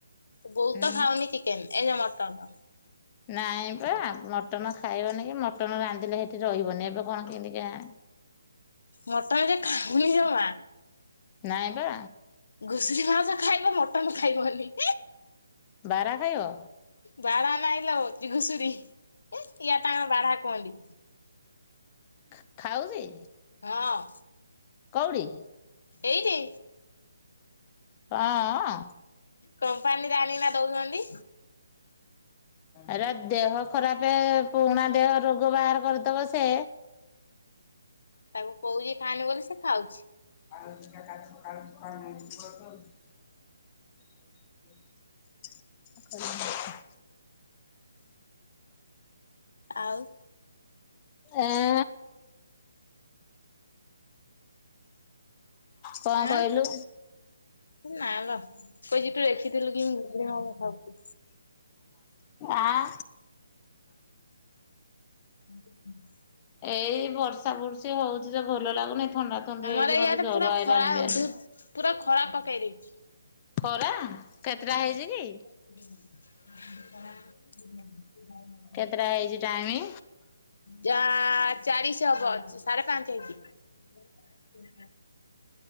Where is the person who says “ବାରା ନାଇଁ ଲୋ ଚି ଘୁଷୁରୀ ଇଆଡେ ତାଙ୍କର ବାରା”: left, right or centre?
Left